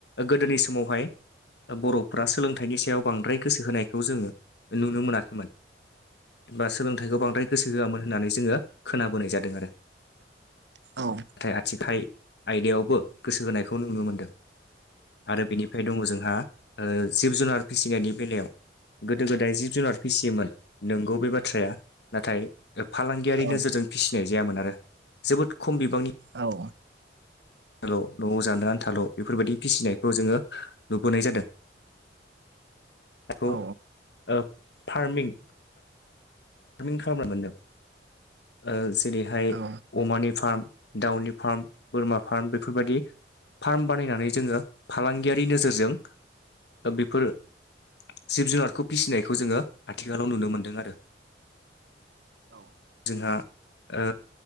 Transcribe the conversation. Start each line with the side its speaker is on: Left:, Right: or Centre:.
Left: गोदोनि समावहाय बर'फ्रा सोलोंथाइनि सायाव बांद्राय गोसो होनायखौ जोङो नुनो मोनाखैमोन। बा सोलोंथाइखौ बांद्राय गोसो होआमोन होननानै जोङो खोनाबोनाय जादों आरो।
Right: औ
Left: नाथाय आथिखाल आयदायावबो गोसो होनायखौ नुनो मोनदों। आरो बेनिफ्राय दङ जोंहा ओ जिब जुनार फिसिनायनि बेलायाव गोदो गोदाय जिब जुनार फिसियोमोन नोंगौ बे बाथ्राया नाथाय फालांगियारि
Right: औ
Left: नोजोरजों फिसिनाय जायामोन आरो जोबोद खम बिबांनि।
Right: औ
Left: आथाल' न'आव जानो आन्थाल' बेफोरबायदि फिसिनायखौ जोङो नुबोनाय जादों। बेखौ
Right: औ
Left: ओ फार्मिं फार्मिं खालामना मोन्दों ओ जेरैहाय
Right: औ
Left: अमानि फार्म दाउनि फार्म बोरमा फार्म बेफोरबायदि फार्म बानायनानै जोङो फालांगियारि नोजोरजों ओ बेफोर जिब जुनारखौ फिसिनायखौ जोङो आथिखालाव नुनो मोन्दों आरो ‌।
Right: औ
Left: जोंहा ओ